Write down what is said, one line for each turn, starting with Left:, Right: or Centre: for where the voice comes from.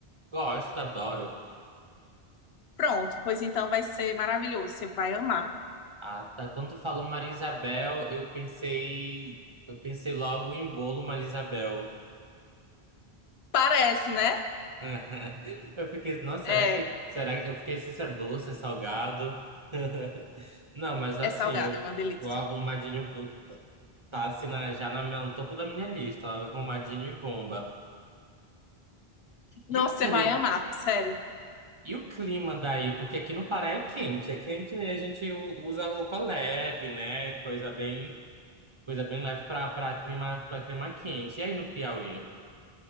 Right: Gosto, adoro.
Left: Pronto, pois então vai ser maravilhoso. Você vai amar.
Right: Ah, tá. Quando tu falou Maria Isabel, eu pensei, eu pensei logo em bolo Maria Isabel.
Left: Parece, né?
Right: <laughs> Eu fiquei, nossa,
Left: É,
Right: será que, será que eu fiquei se isso é doce, é salgado? <laughs> Não, mas assim,
Left: é salgado,
Right: o,
Left: é uma delícia.
Right: o arrumadinho tá tá, assim na- já na, no topo da minha lista, arrumadinho e bomba.
Left: Nossa,
Right: E o
Left: você
Right: cli,
Left: vai amar, sério.
Right: e o clima daí? Porque aqui no Pará é quente, é quente e a gente u- usa roupa leve, né? Coisa bem, coisa bem leve para para clima, para clima quente. E aí no Piauí?